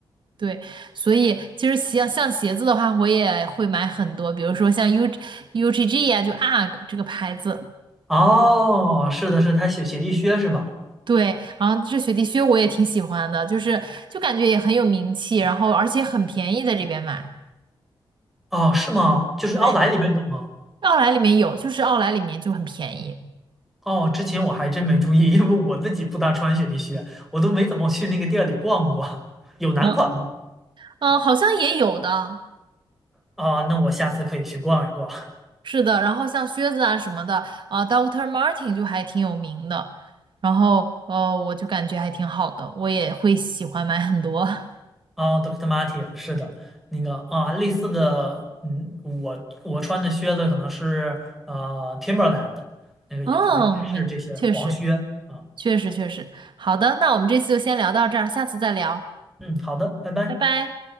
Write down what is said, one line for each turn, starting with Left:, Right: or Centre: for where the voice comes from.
Right: 对，所以其实像像鞋子的话，我也会买很多，比如说像 U UGG 呀、就 UGG 啊这个牌子。
Centre: 哦，是的是的，他雪雪地靴是吧？
Right: 对，然后这雪地靴我也挺喜欢的，就是就感觉也很有名气，然后而且很便宜，在这边买。
Centre: 哦，是吗？就是奥莱里边有吗？
Right: 对，奥莱里面有，就是奥莱里面就很便宜。
Centre: 哦，之前我还真没注意，因为我自己不大穿雪地靴，我都没怎么去那个店里逛过。有男款吗？
Right: 嗯嗯，好像也有的，
Centre: 啊、那我下次可以去逛一逛。
Right: 是的。然后像靴子啊什么的，呃，Dr. o o c t Martin 就还挺有名的，然后呃，我就感觉还挺好的，我也会喜欢买很多。<laughs>
Centre: 哦，Dr. o o c t Martin，是的，那个啊，类似的，嗯，我我穿的靴子可能是呃 Timberland，那个也反正也是这些黄靴啊，
Right: 嗯，明，确实，确实，确实。好的，那我们这次就先聊到这儿，下次再聊，
Centre: 嗯，好的，拜拜。
Right: 拜拜。